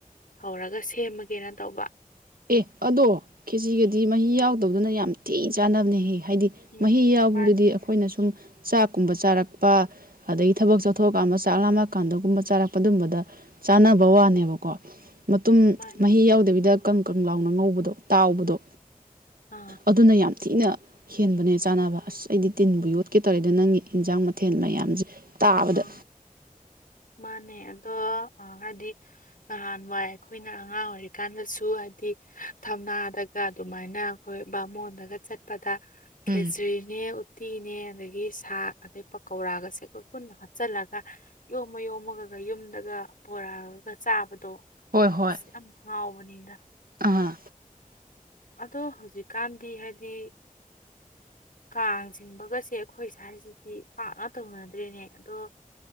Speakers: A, on the left; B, on the right.
A: ꯍꯧꯔꯒ ꯁꯦꯝꯃꯒꯦꯅ ꯇꯧꯕ
B: ꯑꯦ ꯑꯗꯣ ꯀꯦꯖꯤꯒꯗꯤ ꯃꯍꯤ ꯌꯥꯎꯗꯕꯗꯅ ꯌꯥꯝ ꯊꯤ ꯆꯥꯟꯅꯕꯅꯦꯍꯦ ꯍꯥꯏꯗꯤ
A: ꯎꯝ
B: ꯃꯍꯤ ꯌꯥꯎꯕꯗꯨꯗꯤ
A: ꯃꯥꯅꯤ
B: ꯑꯩꯈꯣꯏꯅ ꯁꯨꯝ ꯆꯥꯛ ꯨꯝꯕ ꯆꯥꯔꯛꯄ ꯑꯗꯒꯤ ꯊꯕꯛ ꯆꯠꯊꯣꯛꯑꯀꯥꯟꯗ ꯆꯥꯛ ꯂꯥꯝꯃ ꯀꯥꯟꯗꯒꯨꯝꯕ ꯆꯥꯔꯛꯄ ꯑꯗꯨꯝꯕꯗ ꯆꯥꯅꯕ ꯋꯥꯅꯦꯕꯀꯣ ꯃꯇꯨꯝ
A: ꯃꯥꯅꯤ
B: ꯃꯍꯤ ꯌꯥꯎꯗꯕꯤꯗ ꯀꯪ ꯀꯪ ꯂꯥꯎꯅ ꯉꯧꯕꯗꯣ ꯇꯥꯎꯕꯗꯣ
A: ꯑꯥ
B: ꯑꯗꯨꯅ ꯌꯥꯝ ꯊꯤꯅ ꯍꯦꯟꯕꯅꯦ ꯆꯥꯅꯕ ꯑꯁ ꯑꯩꯗꯤ ꯇꯤꯟꯕꯨ ꯌꯣꯠꯀꯦ ꯇꯧꯔꯦꯗ ꯅꯪꯒꯤ ꯏꯟꯖꯥꯡ ꯃꯊꯦꯜ ꯃꯌꯥꯝꯁꯦ ꯇꯥꯕꯗ
A: ꯑꯥ ꯃꯥꯅꯦ ꯑꯗꯣ ꯍꯥꯏꯗꯤ ꯅꯍꯥꯟꯋꯥꯏ ꯑꯩꯈꯣꯏꯅ ꯑꯉꯥꯡ ꯑꯣꯏꯔꯤꯀꯥꯟꯗꯁꯨ ꯍꯥꯏꯗꯤ ꯊꯝꯅꯥꯗꯒ ꯑꯗꯨꯃꯥꯏꯅ ꯑꯩꯈꯣꯏ ꯕꯥꯃꯣꯟꯗꯒ ꯆꯠꯄꯗ ꯈꯦꯇ꯭ꯔꯤꯅꯦ
B: ꯎꯝ
A: ꯎꯇꯤꯅꯦ ꯑꯗꯒꯤ ꯁꯥꯥꯛ ꯑꯗꯩ ꯄꯀꯧꯔꯥꯒꯁꯦ ꯄꯨꯨꯟꯗꯣ ꯍꯥꯞꯆꯤꯜꯂꯒ ꯌꯣꯝꯃ ꯌꯣꯝꯃꯒ ꯌꯨꯝꯗꯒ ꯄꯨꯣꯔꯛꯑꯒ ꯆꯥꯕꯗꯣ
B: ꯍꯣꯏ ꯍꯣꯏ
A: ꯌꯥꯝ ꯍꯥꯎꯕꯅꯤꯅ
B: ꯑꯥ
A: ꯑꯗꯣ ꯍꯧꯖꯤꯛꯀꯥꯟꯗꯤ ꯍꯥꯏꯗꯤ ꯀꯥꯡ ꯆꯤꯡꯕꯒꯁꯦ ꯑꯩꯈꯣꯏ ꯁ꯭ꯋꯥꯏꯁꯤꯗꯤ ꯄꯥꯛꯅ ꯇꯧꯅꯗ꯭ꯔꯦꯅꯦ ꯑꯗꯣ